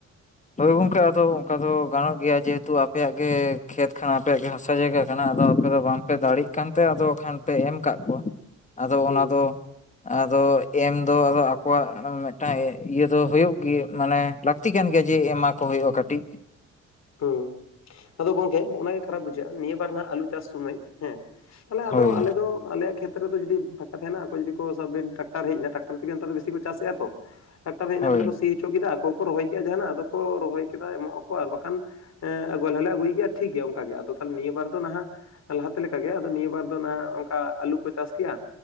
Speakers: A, on the left (about 25°); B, on the left (about 60°).
A: ᱛᱚᱵᱮ ᱜᱚᱝᱠᱮ ᱟᱫᱚ ᱚᱝᱠᱟ ᱫᱚ ᱜᱟᱱᱚᱜ ᱜᱮᱭᱟ, ᱡᱮᱦᱮᱛᱩ ᱟᱯᱮᱭᱟᱜ ᱜᱮ ᱠᱷᱮᱛ ᱠᱷᱟᱱᱟ ᱟᱯᱮᱭᱟᱜ ᱜᱮ ᱦᱟᱥᱟ ᱡᱟᱭᱜᱟ᱾ ᱠᱟᱱᱟ ᱟᱫᱚ ᱟᱯᱮ ᱫᱚ ᱵᱟᱝ ᱯᱮ
B: ᱦᱩᱸ
A: ᱫᱟᱲᱮᱜ ᱠᱟᱱ ᱛᱮ ᱟᱫᱚ ᱠᱷᱟᱱ ᱯᱮ ᱮᱢ ᱠᱟᱜ ᱠᱚᱣᱟ, ᱟᱫᱚ
B: ᱦᱩᱸ
A: ᱚᱱᱟ ᱫᱚ ᱟᱫᱚ ᱮᱢ ᱫᱚ ᱟᱫᱚ ᱟᱠᱚᱣᱟᱜ ᱢᱤᱫᱴᱟᱝ ᱮᱹ ᱤᱭᱟᱹ ᱫᱚ ᱦᱳᱭᱳᱜ ᱜᱮ ᱢᱟᱱᱮ ᱞᱟᱹᱠᱛᱤ ᱠᱟᱱ ᱜᱮᱭᱟ᱾ ᱡᱮ ᱮᱢᱟ ᱠᱚ ᱦᱩᱭᱩᱜᱼᱟ ᱠᱟᱹᱴᱤᱡ᱾
B: ᱦᱩᱸ, ᱟᱫᱚ ᱜᱚᱝᱠᱮ ᱚᱱᱟ ᱜᱮ ᱠᱷᱟᱨᱟᱯ ᱵᱩᱡᱷᱟᱹᱜᱼᱟ ᱱᱤᱭᱟᱹ ᱵᱟᱨ ᱱᱟᱱᱟᱜ ᱟᱞᱩ ᱪᱟᱥ ᱥᱩᱢᱟᱹᱭ ᱦᱮᱸ, ᱛᱟᱦᱚᱞᱮ ᱟᱫᱚ
A: ᱦᱳᱭ
B: ᱟᱞᱮ ᱫᱚ ᱟᱞᱮᱭᱟᱜ ᱠᱷᱮᱛ ᱛᱨᱮ ᱫᱚ ᱡᱩᱫᱤ ᱯᱷᱟᱸᱠᱟ ᱛᱟᱦᱮᱱᱟ ᱟᱠᱚ ᱡᱩᱫᱤ ᱠᱚ ᱥᱟᱵ ᱵᱤᱱ ᱴᱟᱠᱴᱟᱨ ᱦᱮᱡ ᱱᱟ, ᱴᱟᱠᱴᱟᱨ ᱛᱮᱜᱮ ᱱᱮᱛᱟᱨ ᱫᱚ ᱵᱤᱥᱤ ᱠᱚ ᱪᱟᱥᱮᱜᱼᱟ ᱛᱚ᱾ ᱴᱟᱠᱴᱟᱨ ᱦᱮᱡ ᱱᱟ
A: ᱦᱳᱭ
B: ᱛᱟᱦᱚᱞᱮ ᱠᱚ ᱥᱤ ᱦᱚᱪᱚ ᱠᱮᱫᱟ, ᱟᱠᱚ ᱜᱮᱠᱚ ᱨᱚᱦᱚᱭ ᱠᱮᱼᱟ ᱡᱟᱦᱟᱱᱟᱜ, ᱟᱫᱚ ᱠᱚ ᱨᱚᱦᱚᱭ ᱠᱮᱫᱟ ᱮᱢᱚᱜ ᱟᱠᱚ ᱟᱨ ᱵᱟᱠᱷᱟᱱ ᱦᱮᱸ ᱟᱜᱩ ᱟᱞᱮᱞᱮ ᱟᱹᱜᱩᱭ ᱜᱮᱭᱟ ᱴᱷᱤᱠ ᱜᱮᱭᱟ ᱚᱱᱠᱟ ᱜᱮ, ᱟᱫᱚ ᱛᱟᱞᱦᱮ ᱱᱤᱭᱟᱹ ᱵᱟᱨ ᱫᱚ ᱱᱟᱦᱟᱜ ᱞᱟᱦᱟᱛᱮ ᱞᱮᱠᱟ ᱜᱮ ᱟᱫᱚ ᱱᱤᱭᱟᱹ ᱵᱟᱨ ᱫᱚ ᱱᱟᱸᱜ ᱚᱝᱠᱟ ᱟᱞᱩ ᱠᱚ ᱪᱟᱥ ᱠᱮ-ᱟ᱾